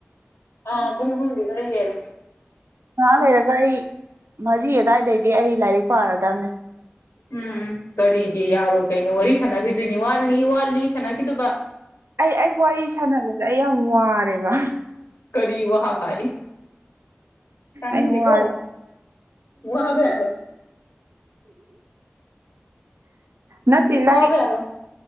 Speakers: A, on the left; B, on the right.
A: ꯑꯥ ꯄꯨꯡꯨꯡꯒꯤꯗꯔ ꯍꯦꯔ
B: ꯉꯍꯥ ꯂꯩꯔꯒ ꯑꯩ ꯃꯔꯤ ꯑꯗꯨꯋꯥꯏꯗꯩꯗꯤ ꯑꯩ ꯂꯥꯏꯔꯤꯛ ꯄꯥꯔꯗꯕꯅꯦ
A: ꯎꯝ ꯀꯔꯤꯒꯤ ꯌꯥꯔꯣꯏ ꯀꯩꯅꯣ ꯋꯥꯔꯤ ꯁꯥꯟꯅꯈꯤꯗꯣꯏꯅꯤ ꯋꯥꯠꯂꯤ ꯋꯥꯠꯂꯤ ꯁꯥꯟꯅꯈꯤꯗꯕ
B: ꯑꯩ ꯑꯩ ꯋꯥꯔꯤ ꯁꯥꯟꯅꯕꯁꯦ ꯑꯩ ꯌꯥꯝ ꯋꯥꯔꯦꯕ
A: ꯀꯔꯤ ꯋꯥꯍꯚ ꯇꯥꯅꯤꯡꯗꯦꯀꯣ
B: ꯑꯩ ꯋꯥꯔꯦ
A: ꯃꯣꯏ ꯍ ꯌꯥꯔ
B: ꯅꯠꯇ꯭ꯦ ꯂꯥꯏꯔꯤꯛ
A: ꯋꯥꯕ ꯌꯥꯔꯣꯏ